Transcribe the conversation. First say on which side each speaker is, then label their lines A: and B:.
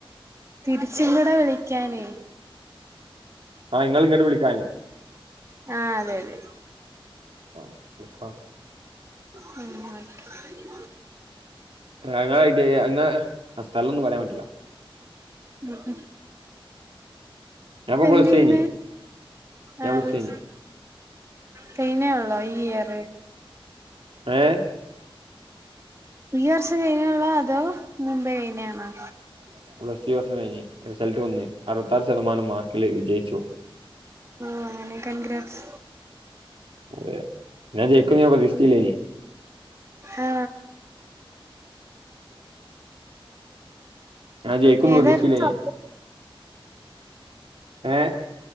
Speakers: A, on the right (about 30°); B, on the right (about 70°).
A: തിരിച്ച കൂടെ വിളിക്കാനേ
B: ആഹ ഇങ്ങൾ ഇങ്ങട്ട് വിളിക്കാനേ
A: ആ അതെ അതെ
B: ആ വിളിക്കാം
A: ഉം ഓക്കെ
B: ആ ഇങ്ങള് ഐടിയലാ അങ്ങന ആ സ്ഥലന്നും പറയാൻ പറ്റൂല്ല
A: ഉം
B: ഞാനിപ്പോ
A: എന്തയ്യുന്ന്
B: പ്ലസ് ടു കഴിഞ്ഞ് ഞാൻ
A: ആഹ
B: പ്ലസ്
A: വിളി
B: ടു കഴിഞ്ഞ്
A: കഴിഞ്ഞേ ഉള്ളോ ഈ ഇയറ്
B: ഏ
A: ഈ വർഷം കഴിഞ്ഞേള്ളു അതോ മുമ്പേ കഴിഞ്ഞ ആണോ
B: കുറച്ച വർഷം കഴിഞ് റിസൾട്ട് വന്ന് അറുപത്താറ് ശതമാനം മാർക്കിൽ വിജയിച്ചു
A: ഓ അങ്ങനെ കൺഗ്രാസ്
B: അതെ ഞാൻ ജയിക്കുന്ന് ഞാൻ പ്രതീക്ഷിച്ചില്ലേനി
A: ആ
B: ഞാൻ ജയിക്കും
A: ഏതായാലും
B: പ്രതീക്ഷിച്ചില്ല
A: സ
B: ഇനി ഏ